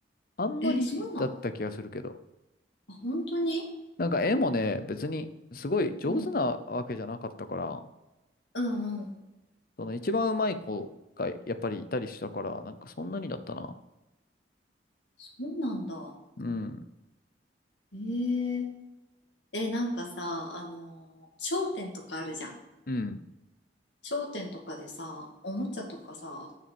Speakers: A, on the left; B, on the left.
A: あんまりだった気がするけど。
B: え、そうなのあ、本当に
A: なんか絵もね、別にすごい上手なわけじゃなかったから、
B: うん。うんうん。
A: その一番うまい子がやっぱりいたりしたから、なんかそんなにだったな。
B: そうなんだ。
A: うん、
B: ええーえ、なんかさ、あのー商店とかあるじゃん。
A: うん、
B: 商店とかでさ、おもちゃとかさ、